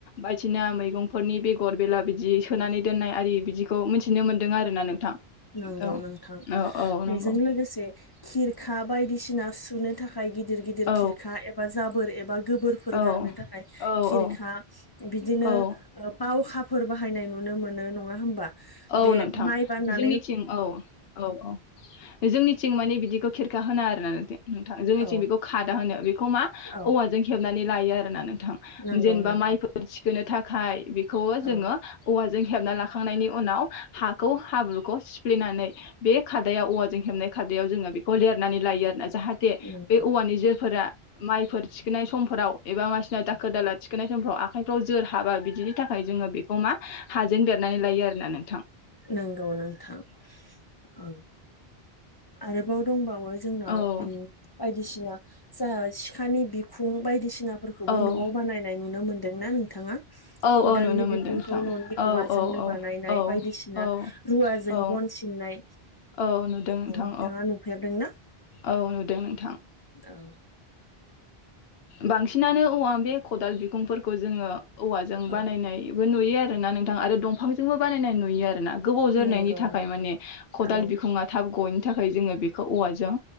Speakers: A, on the left; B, on the left.
A: बायदिसिना मैगंफोरनि बेगर बेला बिदि सोनानै दोननाय आरि बिदि। खौ मिथिनो मोनदों आरोना नोंथां।
B: नोंगौ
A: औ
B: नोंथां।
A: औ औ
B: बेजों
A: नंगौ
B: लोगोसे खिरखा बायदिसिना सुनो थाखाय। गिदिर गिदिर
A: औ
B: खिरखा एबा जाबोर एबा गोबोरफोर
A: औ
B: गारनो थाखाय
A: औ
B: खिरखा
A: औ
B: बिदिनो
A: औ
B: ओ बावखा फोर बाहायनाय नुनो मोनो नङा होमबा
A: औ
B: बे
A: नोंथां
B: माइ बानना
A: जोंनिथिं औ औ औ जोंनिथिं मानि बिदिखौ खिरखा होना आरोना नोंथां जोंनिंथिं।
B: औ
A: बिखौ खादा होनो। बिखौ मा
B: औ
A: औवाजों हेबनानै लायो आरोना नोंथां
B: नंगौ
A: जेनेबा
B: नोंथां
A: माइफोर थिखोननो थाखाय बेखौवो जोङो
B: औ
A: औवाजों हेबनानै लाखांनायनि उ उनाव हाखौ हाब्रुखौ सिफ्लेनानै बे खादायाव औवाजों हेबनाय खादायाव जोङो बेखौ लि रनानै लायो आरोना जाहाथे
B: नंगौ
A: बे औवानि जोरफोरा माइफोर थिखोनाय समफोराव एबा मानसिनाव दाखोर दाला थिखोननाय समफोराव आखाइफ्राव जोर हाबा बिदिनि थाखाय जोङो बेखौ मा हाजों लेरनानै लायो आरोना नोंथां।
B: नंगौ नोंथां। औ आरोबाव दंबा वो जोंनाव
A: औ
B: उम बायदिसिना जा सिखानि बिखुं बायदिसिना फोरफोरखौबो
A: औ
B: न'आव बानायनाय नुनो मोन्दोंना नोंथाङा
A: औ
B: खदालनि
A: औ नुनो
B: बिखुंखौ
A: मोनदों नोंथां
B: न'नि
A: औ
B: औवाजोंनो
A: औ औ
B: बानायनाय
A: औ
B: बायदिसि ना
A: औ
B: रुवाजों
A: औ
B: बन सिननाय
A: औ नुदों नोंथां
B: औ नोंथाङा नुफेरदोंना
A: औ नुदों नोंथां
B: औ
A: बांसिनानो औवा बे खदाल बिखुंफोरखौ जोङो औवाजों
B: औ
A: बानायनाय बो नुयो आरो ना नों थां आरो दंफांजोंबो बानायनाय नुयो आरोना गोबाव जोरनायनि
B: नंगौ
A: थाखाय
B: नोंथां
A: माने खदाल
B: औ
A: बिखुङा थाब गयै थाखाय जोङो बेखौ औवाजों